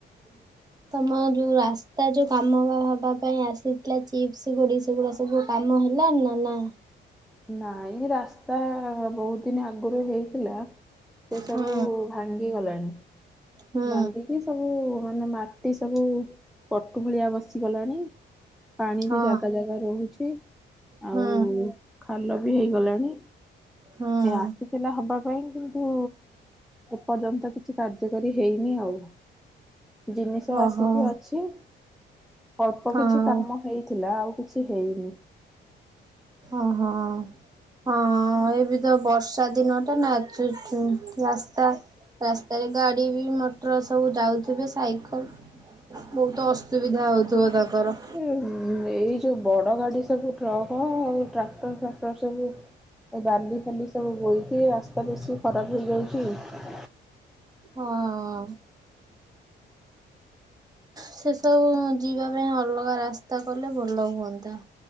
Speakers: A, in the centre; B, on the right.
A: <inaudible>
B: ତମ ଯୋଉ ରାସ୍ତା ଯୋଉ କାମ ହବା ପାଇଁ ଆସିଥିଲା ଚିପ୍ସ ଗୁଡ଼ି ସେଗୁଡ଼ା ଓହୋ କାମ ହେଲା ନା ନା?
A: ନାଇ ରାସ୍ତା ବହୁତ ଦିନ ଆଗରୁ ହେଇଥିଲା ସେ ସବୁ
B: ହୁଁ
A: ଭାଙ୍ଗ୍ ଭାଙ୍ଗି ଗଲାଣି
B: ହୁଁ
A: ଭାଙ୍ଗିକି ସବୁ ମାନେ ମାଟି ସବୁ ପଟୁ ଭଳିଆ ବସିଗଲାଣି। ପାଣି
B: ହଁ
A: ବି ଜାଗା ଜାଗା ରହୁଛି
B: ହଁ
A: ଆଉ ଖାଲ ବି ହେଇଗଲାଣି
B: ହଁ
A: ଏ ଆସିଥିଲା ହବା ପାଇଁ କିନ୍ତୁ ଏପର୍ଯ୍ୟନ୍ତ କିଛି କାର୍ଯ୍ୟକାରୀ ହେଇନି ଆଉ। ଜିନିଷ
B: ଓହୋ
A: ଆସିକି ଅଛି। ଅଳ୍ପ
B: ହଁ।
A: କିଛି କାମ ହେଇଥିଲା ଆଉ କିଛି ହେଇନି।
B: ଓହୋ ହଁ ଏବେ ତ ବର୍ଷା ଦିନଟା ନା <unintelligible> ରାସ୍ତା ରାସ୍ତାରେ ଗାଡି ବି ମଟର ସବୁ ଯାଉଥିବେ ସାଇକେଲ। ବହୁତ ଅସୁବିଧା ହଉଥିବ ତାଙ୍କର।
A: ହୁଂ ଏଇ ଯୋଉ ବଡ ଗାଡି ସବୁ ଟ୍ରକ ଆଉ ଟ୍ରାକ୍ଟର ଫାକ୍ଟର ସବୁ ଏ ବାଲି ଫାଲି ସବୁ ବୋଇକି ରାସ୍ତା ବେଶୀ ଖରାପ ହେଇଯାଉଛି।
B: ହଁ। ସେସବୁ ଯିବା ପାଇଁ ଅଲଗା ରାସ୍ତା କଲେ ଭଲ ହୁଅନ୍ତା।